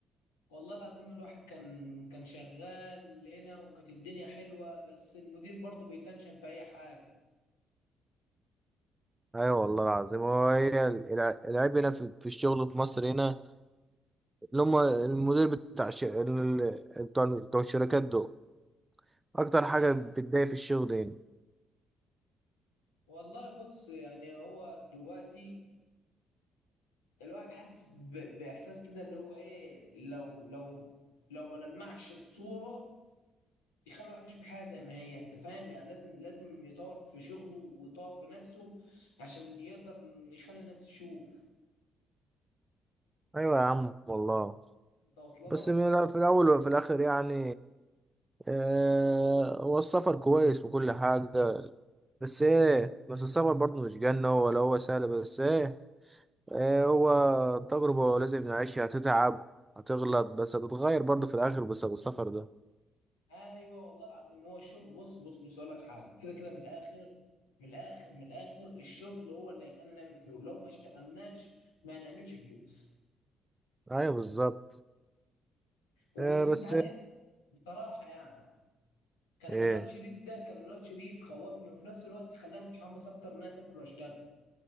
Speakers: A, on the left (about 85°); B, on the right (about 20°).
A: والله العظيم الواحد كان كان شغال هنا وكانت الدنيا حلوه بس المدير برضه بيتنشن في اي حاجه
B: ايوه والله العظيم هو هي ال- الع- العيب هنا في في الشغل في مصر هنا اللي هم المدير بتاع ش... ال- ال- بتوع بتوع الشركات دول اكتر حاجة
A: أه،
B: بتضايق في الشغل هنا
A: والله بص يعني هو دلوقتي الواحد حاسس ب- باحساس كده اللي هو ايه لو لو لو ما لمعش الصوره يخلي الواحد يشوف الحياه زي ما هي انت فاهم يعني لازم لازم يطور في شغله ويطور في نفسه عشان يقدر يخلي الناس تشوف
B: ايوه يا عم والله
A: انت واصله
B: بس
A: لك
B: من- في الأول وفي الآخر يعني آه، هو السفر كويس وكل حاجة بس إيه بس السفر برضه مش جنة ولا هو سهل بس إيه آه، هو تجربة لازم نعيشها هتتعب هتغلط بس هتتغير برضه في الآخر بس بالسفر ده
A: ايوه والله العظيم هو الشغل بص بص بص اقول لك حاجه كده كده من الاخر من الاخر من الاخر الشغل هو اللي هيخلينا نعمل فلوس لو ما اشتغلناش ما نعملش فلوس
B: أيوه بالظبط
A: وبس
B: آه، بس
A: انت عارف
B: إيه
A: بصراحه يعني كلام
B: إيه
A: الواد شريف ده كلام الواد شريف خوفني وفي نفس الوقت خلاني متحمس اكتر ان انا اسافر واشتغل